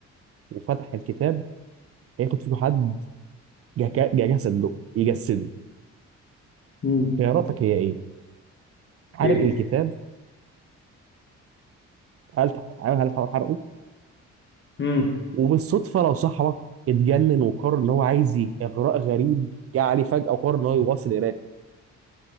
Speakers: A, on the right; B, on the left.
A: وفتح الكتاب هياخد فيكو حد جك- جسده يجسده
B: مم.
A: خياراتك هي ايه؟ حرق
B: ايه
A: الكتاب هل تح- هل تحاول حرقه؟
B: مم.
A: وبالصدفة لو صاحبك اتجنن وقرر ان هو عايز ي- اغراء غريب جه عليه فجأة وقرر ان هو يواصل قراءته